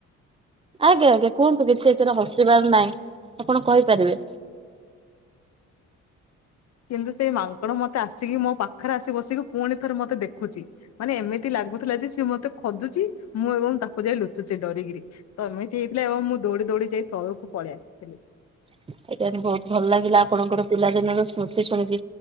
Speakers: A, on the right; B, on the left.
A: ଆଜ୍ଞା ଆଜ୍ଞା କୁହନ୍ତୁ କିଛି ଏଥିରେ ହସିବାର ନାଇଁ। ଆପଣ କହିପାରିବେ।
B: କିନ୍ତୁ ସେଇ ମାଙ୍କଡ ମତେ ଆସିକି ମୋ ପାଖରେ ଆସି ବସିକି ପୁଣି ଥରେ ମତେ ଦେଖୁଛି। ମାନେ ଏମିତି ଲା ଲାଗୁଥିଲା ଯେ ମତେ ଖୋଜୁଛି ମୁଁ ଏବଂ ତାକୁ ଯାଇ ଲୁଚୁଛି ଡରିକିରି। ତ ଏମିତି ହେଇଥିଲା ଏବଂ ମୁଁ ଦୌଡ଼ି କିରି ଦୌଡି ଯାଇ ତଳକୁ ପଳେଇ ଆସିଥିଲି।
A: <inaudible> ଏଇଟା ବହୁତ ଭଲ ଲାଗିଲା ଆପଣଙ୍କର ପିଲା ଦିନର ସ୍ମୃତି ଶୁଣିକି।